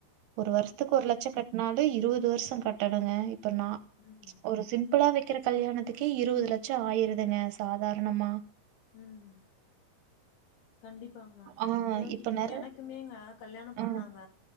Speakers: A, on the right; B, on the left.
A: ஒரு வருஷத்துக்கு ஒரு லட்ச கட்னாலு இருபது வருஷம் கட்டணுங்க இப்ப நா
B: ம்
A: ஒரு சிம்பிளா வைக்கிற கல்யாணத்துக்கே இருவது லட்சம் ஆயிருதுங்க சாதாரணமா
B: உம் கண்டிப்பாங்க
A: ஆ
B: ஏ
A: இப்ப நிறைய
B: எனக்குமேங்க கல்யாணம் பண்ணாங்க
A: ஆ